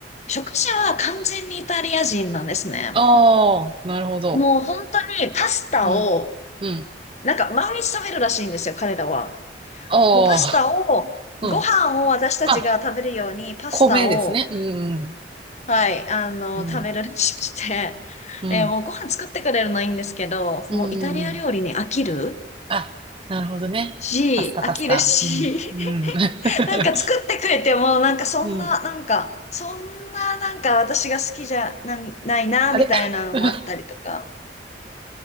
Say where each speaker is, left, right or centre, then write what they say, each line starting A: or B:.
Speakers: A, on the left; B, on the right.
A: 食事は完全にイタリア人なんですね。
B: ああ、なるほど。
A: もう本当にパスタを、
B: うん。うん。
A: なんか毎日食べるらしいんですよ、彼らは。
B: ああ、
A: もうパスタを、
B: うん。
A: ご飯を私たちが食べるようにパスタを、
B: まあ、米ですね。うん。
A: はい、あの、
B: うん。
A: 食べるらしくて、<laughs>
B: うん。
A: え、もうご飯作ってくれるのいいんですけど、
B: うん。
A: もうイタリア料理に飽きる
B: うんうんああうんまあ米ですねうんうんうんうんうんあなるほどね。
A: し、
B: パスタ、
A: 飽きるし、
B: パスタ。うん。うん。
A: <laughs>
B: <laughs>
A: なんか作ってくれても、なんかそんな、
B: うん。
A: なんか、そんな、なんか私が好きじゃな、ないな、
B: あれ
A: みたいなのもあったりとか、
B: <laughs>